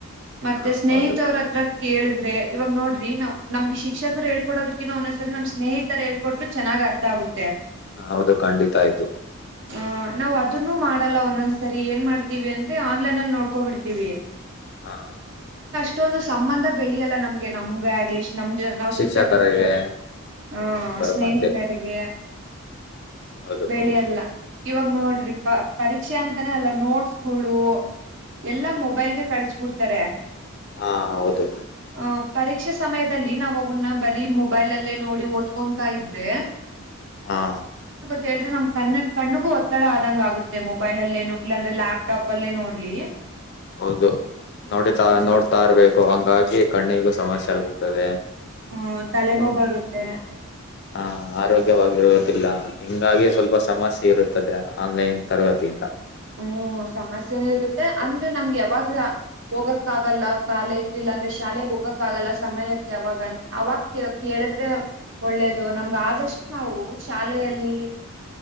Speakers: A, on the right (about 55°); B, on the left (about 50°).
A: ಮತ್ತೆ
B: ಹಾ
A: ಸ್ನೇಹಿತೊವ್ರ್
B: ಹೌದು
A: ಹತ್ರ. ಕೇಳುದ್ರೆ ಇವಾಗ್ ನೋಡ್ರಿ ನಾವ್ ನಮ್ಗ್ ಶಿಕ್ಷಕ್ರು ಹೇಳ್ ಕೊಡದಕ್ಕಿನ್ನ ಒಂನಾನ್ಸರಿ ನಮ್ ಸ್ನೇಹಿತ್ ತರ್ ಹೇಳ್ ಕೊಟ್ರು ಚೆನ್ನಾಗ್ ಅರ್ಥ ಆಗುತ್ತೆ.
B: ಹ ಹೌದು ಖಂಡಿತ ಆಯ್ತು.
A: ಅ ನಾವ್ ಅದುನ್ನು ಮಾಡಲ್ಲ ಒಂದೊಂದ್ಸರಿ ಏನ್ ಮಾಡ್ತೀವಿ ಅಂದ್ರೆ ಆನ್ಲೈನ್ ಅಲ್ ನೋಡ್ಕೋಬಿಡ್ತೀವಿ.
B: ಹಾ
A: ಇಷ್ಟೊಂದು ಸಂಬಂಧ ಬೆಳ್ಯಲ್ಲ ನಮ್ಗೆ ನಮ್ಗೆ ಆಗ್ಲಿ ಇಷ್ ನಮ್ ಜ ನಾವ್
B: ಶಿಕ್ಷಕರಿಗೆ
A: ಶಿಕ್ಷಕರ್ ಜೊತೆ ಹ
B: ಅವರ
A: ಅಷ್
B: ಮಧ್ಯೆ
A: ಇತರಿಗೆ. ಯ.
B: ಹೌದು
A: ಬೆಳಿಯಲ್ಲ ಇವಾಗ್ ನೋಡ್ರಿ ಪ ಪರೀಕ್ಷೆ ಅಂತಾನೆ ಅಲ್ಲ ನೋಟ್ಸ್ಗುಳು ಎಲ್ಲಾ ಮೊಬೈಲ್ಗೆ ಕಳ್ಸ್ಬಿಡ್ತಾರೆ.
B: ಹಾ ಹೌದು.
A: ಆ ಪರೀಕ್ಷೆ ಸಮಯದಲ್ಲಿ ನಾವ್ ಅವುನ್ನ ಬರೀ ಮೊಬೈಲ್ ಅಲ್ಲೇ ನೋಡಿ ಓದ್ಕೊಂಡ್ ತ ಇದ್ರೆ.
B: ಹಾ
A: ಕೇಳ್ರೆ ನಮ್ ಕಣ್ ಕಣ್ಣಗೂ ಒತ್ತಡ ಆದಂಗ್ ಆಗುತ್ತೆ ಮೊಬೈಲ್ ಅಲ್ಲೇನು ಇಲ್ಲಾಂದ್ರೆ ಲ್ಯಾಪ್ಟಾಪ್ ಅಲ್ಲೇ ನೋಡ್ಲಿ.
B: ಹೌದು. ನೋಡಿ ತಾ
A: ಹ್ಮ
B: ನೋಡ್ತಾ ಇರ್ಬೇಕ್. ಹಂಗಾಗಿ ಕಣ್ಣಿಗೂ ಸಮಸ್ಯೆ ಆಗುತ್ತದೆ
A: ಹ್ಮ ತಲೆನೋ ಬರುತ್ತೆ
B: ಹಾ ಆರೋಗ್ಯವಾಗಿರುವುದಿಲ್ಲ ಹಿಂಗಾಗಿ ಸ್ವಲ್ಪ ಸಮಸ್ಯೆ ಇರುತ್ತದೆ ಆನ್ಲೈನ್ ತರಗತಿಯಿಂದ
A: ಹ್ಮ್ ಸಮಸ್ಯೆನ ಇರುತ್ತೆ ಅಂದ್ರೆ ನಮ್ಗೆ ಯಾವಾಗ ಹೋಗಕ್ಕ ಆಗಲ್ಲ ಕಾಲೇಜ್ ಇಲ್ಲಾ ಅಂದ್ರೆ ಶಾಲೆಗೆ ಹೋಗಕ್ ಆಗಲ್ಲ ಸಮಯಕ್ಕೆ ಯಾವಾಗ ಅವಾಗ ಕೇಳಿದ್ರೆ ಒಳ್ಳೇದು ನಮ್ಗ ಆದಷ್ಟು ನಾವು ಶಾಲೆಯಲ್ಲಿ